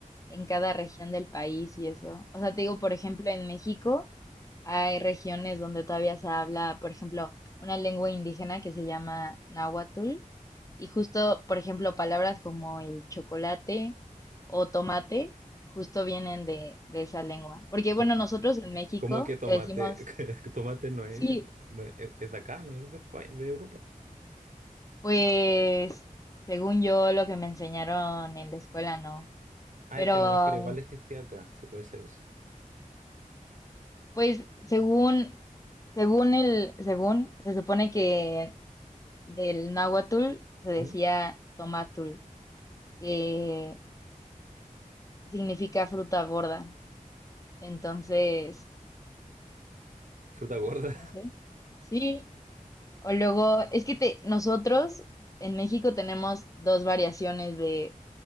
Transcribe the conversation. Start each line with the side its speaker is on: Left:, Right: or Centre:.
Left: en cada región del país y eso. O sea, te digo, por ejemplo, en México hay regiones donde todavía se habla, por ejemplo, una lengua indígena que se llama náhuatl. Y justo, por ejemplo, palabras como el chocolate o tomate, justo vienen de, de esa lengua. Porque,
Right: <laughs>
Left: bueno,
Right: Co-
Left: nosotros en México
Right: Como que tomate,
Left: le decimos,
Right: <laughs> tomate no es,
Left: sí.
Right: no es, es de acá, no es de España, de Europa.
Left: Pues, según yo, lo que me enseñaron en la escuela, no.
Right: Ah,
Left: Pero,
Right: es que a lo mejor igual existía acá, si puede ser eso.
Left: pues, según, según el, según, se supone que del náhuatl se decía
Right: ¿Mm?
Left: tomatul, que significa fruta gorda. Entonces,
Right: Fruta gorda.
Left: no sé. Sí. O luego, es que te, nosotros en México tenemos dos variaciones de